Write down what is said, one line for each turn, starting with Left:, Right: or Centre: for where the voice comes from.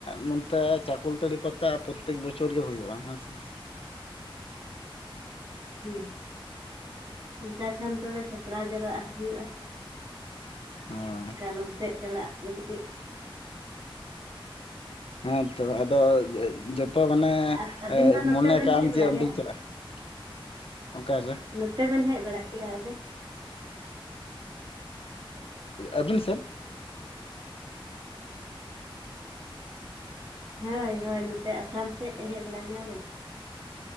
Left: ᱱᱚᱛᱮ ᱪᱟᱠᱳᱚᱞᱛᱟᱹᱲᱤ ᱯᱟᱛᱟ ᱯᱨᱚᱛᱮᱠ ᱵᱚᱪᱷᱚᱨ ᱜᱮ ᱦᱩᱭᱩᱜᱼᱟ ᱦᱮᱸ ᱥᱮ ᱾
Right: ᱦᱮᱸ ᱚᱱᱠᱟ ᱠᱷᱟᱱ ᱛᱚᱵᱮ ᱥᱟᱯᱲᱟᱣ ᱡᱟᱣᱨᱟᱜ ᱦᱩᱭᱩᱜᱼᱟ ᱾
Left: ᱦᱳᱭ
Right: ᱠᱟᱞᱚᱢ ᱥᱮᱫ ᱪᱟᱞᱟᱜ ᱞᱟᱹᱜᱤᱫ ᱾
Left: ᱦᱮᱸᱛᱚ ᱟᱫᱚ ᱡᱚᱛᱚ ᱢᱟᱱᱮ
Right: ᱟᱨ ᱟᱹᱵᱤᱱ ᱫᱚ ᱱᱚᱛᱮ
Left: ᱢᱚᱱᱮ
Right: ᱵᱮᱱ
Left: ᱠᱟᱜᱢ
Right: ᱦᱮᱡ ᱵᱟᱲᱟᱜ
Left: ᱡᱮ ᱚᱱᱛᱤᱧ
Right: ᱜᱮᱭᱟ
Left: ᱪᱟᱞᱟᱜᱼᱟ ᱾ ᱚᱱᱠᱟ ᱥᱮ
Right: ᱱᱚᱛᱮ ᱵᱤᱱ ᱦᱮᱡ ᱵᱟᱲᱟ ᱠᱤᱭᱟ ᱟᱹᱵᱤᱱ?
Left: ᱟᱹᱵᱤᱱ ᱥᱮᱫ
Right: ᱦᱳᱭ ᱦᱳᱭ ᱱᱚᱛᱮ ᱟᱥᱟᱢ ᱥᱮᱫ ᱦᱮᱡ ᱵᱟᱲᱟ ᱜᱮᱭᱟ ᱵᱤᱱ?